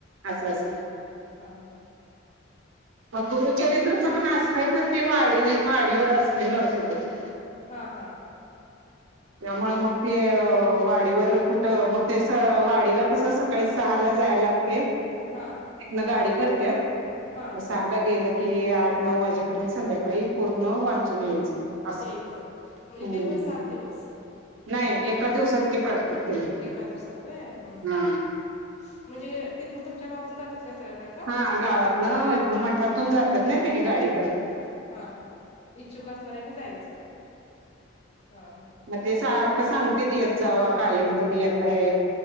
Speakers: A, on the right (about 75°); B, on the left (about 35°).
A: अस अस
B: हा हा
A: मग गुरुचरित्रच पण असतय पण ते वाढ वाडीवर असत नरसोबाच्या
B: हा हा.
A: त्यामुळे मग ते वाडीवर कुठं मग ते वाडीला कसं सकाळी सहाला जायला लाग तय तिथन
B: हा
A: गाडी करतत
B: हा
A: मलं गेलं क कि आठ नऊ वाजेपर्यंत संध्याकाळी पूर्ण वाचून यायचं. असं
B: यायचं म्हणजे
A: हम्म
B: ते पण सात दिवस
A: नाही एका दिवसात ते करतात त्यांनी.
B: एका दिवसात व्हय हम्म हम्म.
A: हा
B: म्हणजे तिथनं तुमच्या गावातून जातात काय. सगळ्या बायका
A: हा गावात न मठातून जातात ना त्यांनी गाडी करत्यात.
B: हा हा इच्छुक असणाऱ्यांनी जायचं हा हा.
A: म ते सार का सांगते येत जावा कायम तुम्ही यताय